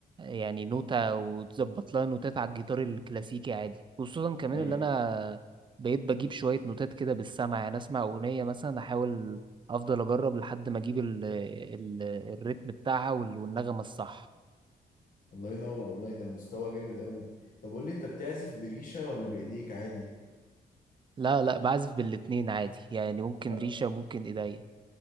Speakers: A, on the right (about 30°); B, on the left (about 55°).
A: يعني نوتة وتظبط لها نوتات على الجيتار الكلاسيكي عادي خصوصا كمان
B: اي
A: اللي انا بقيت بجيب شوية نوتات كده بالسمع يعني اسمع اغنية مثلا احاول افضل اجرب لحد ما اجيب ال... ال... الريتم بتاعها وال- والنغمة الصح
B: الله ينور والله ده مستوى جامد قوي طب قول لي انت بتعزف بريشة ولا بايديك عادي
A: لا لا بعزف بالاتنين عادي يعني ممكن
B: لا
A: ريشة ممكن ايديا